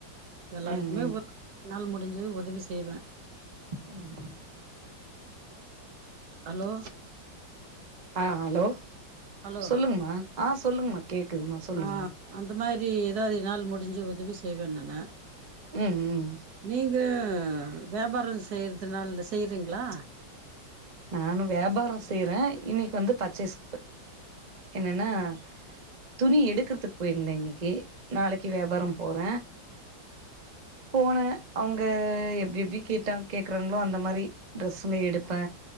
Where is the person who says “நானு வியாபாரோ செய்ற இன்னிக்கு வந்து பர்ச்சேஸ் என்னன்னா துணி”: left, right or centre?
Right